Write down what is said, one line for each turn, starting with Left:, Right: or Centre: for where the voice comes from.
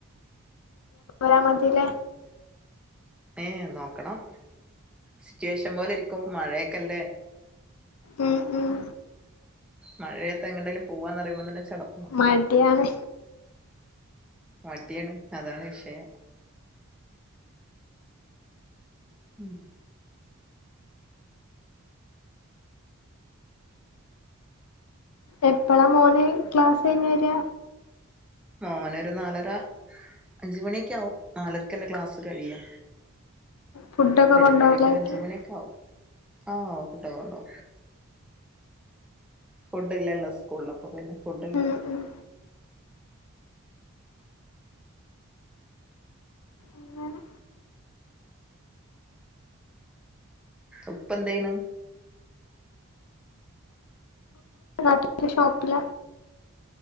Left: രാ മതില
Centre: ഏ നോക്കണം സിറ്റുവേഷൻ പോലെ ഇരിക്കും മഴയൊക്കെല്ലേ
Left: ഉം ഉം
Centre: മഴയത്ത് എങ്ങേലും പോവാന്ന്റിയുമ്പോ തന്നെ ചടപ്പാ
Left: മടിയാണ്
Centre: മടിയാണ് അതാണ് വിഷയം ഉം
Left: എപ്പഴാ മോണി ക്ലാസ് കഴിഞ്ഞഞ് വരി
Centre: മോനൊ ഒരു നാലര അഞ്ച മണിയക്ക ആാവും നാലരക്കല്ല ക്ലാസ് കഴിയാ
Left: ഫുഡൊക്കെ
Centre: വരുമ്പോഴേക്കെ
Left: കൊണ്ടുപോവലായിരിക്കും
Centre: ഒ അഞ്ച മണിയൊക്കെ ആാവും ആഓ ഫുഡൊക്കെണ്ടോ ഫുഡ് ഇല്ലല്ലോ സ്കൂളിൽ അപ്പൊ പിന്നെ ഫുഡ
Left: ഉം
Centre: ഉ
Left: ഉം എങ്ങാണ്െ
Centre: ഇപ്പ എന്താണ്
Left: നാട്ട ശഷോപ്പില